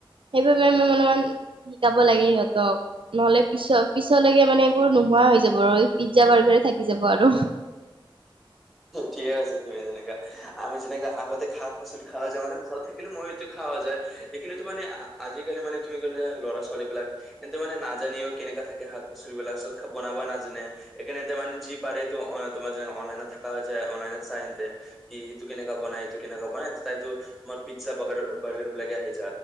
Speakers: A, on the right; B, in the centre.
A: সেইবাবে আমি অলপমান শিকাব লাগে সিহঁতক, নহলে পিছ পিছলৈকে মানে এইবোৰ নোহোৱা হৈ যাব আৰু পিজ্জা বাৰ্গাৰ এ থাকি যাব আৰু।
B: ঠিকে আছে তুমি যেনেকে আমি যেনেকুৱা আগতে শাক-পাচলি খোৱা হৈছো মানে ঘৰত থাকিলে মই সেইটো খাৱা যায় কিন্তু মানে আজিকালি মানে তুমি ক'লে ল'ৰা- ছোৱালী বিলাক এনধে মানে নাজানেও কেনেকুৱা থাকে শাক-পাচলিবলাক চ বনাবা নাজানে এইকাৰনে ত মানে যি পাৰে তো তোমাৰ যেনে অনলাইনত থাকা হৈ যে অনলাইনত চাই এন্তে কি ইটো কেনেকুৱা বনাই ইটো কেনেকা বনাই তাই তো তোমাৰ পিজ্জা বৰ্গাৰ বাৰ্গাৰবিলাকে আহে।